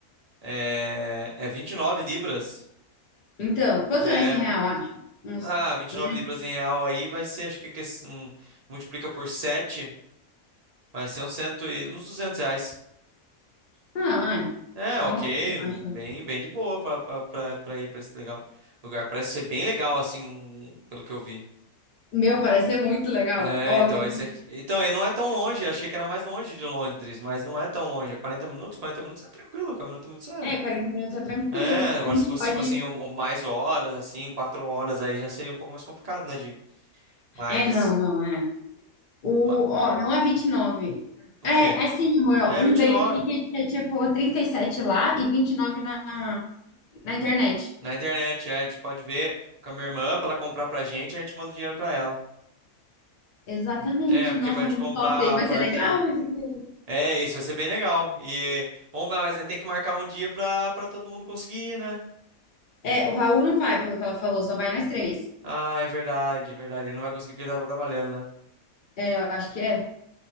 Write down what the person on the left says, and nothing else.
Então, quanto
dá esse real, acho? Uns
200
Ah, é.
Então,
ok,
basta.
Meu, parece ser muito legal.
Ó,
que...
É, quarenta minutos é tranquilo.
A gente
pode.
É, não, não, é. O...
Ó, não é 29.
É,
é sim, amor, ó.
Um
day
ticket é tipo 37 lá e 29 na, na internet.
Exatamente.
Nossa,
muito
top. Aí vai
ser
legal isso aqui.
É, o Raul não vai, pelo que ela falou, só vai nós três.
É, eu acho que é.